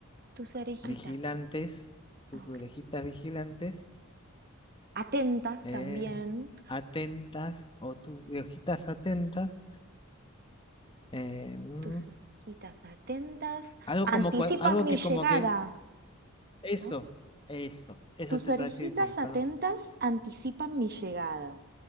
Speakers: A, on the right; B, on the left.
A: tus orejitas.
B: vigilantes, tus
A: ah, ok.
B: orejitas vigilantes,
A: Atentas
B: eh,
A: también.
B: atentas o tus orejitas atentas, eh, mm,
A: Tus orejitas atentas
B: algo
A: anticipan
B: como cua- algo
A: mi
B: que
A: llegada.
B: como que eso,
A: ¿no?
B: eso, eso
A: Tus
B: te
A: orejitas
B: va a decir que
A: atentas
B: cuando-
A: anticipan mi llegada.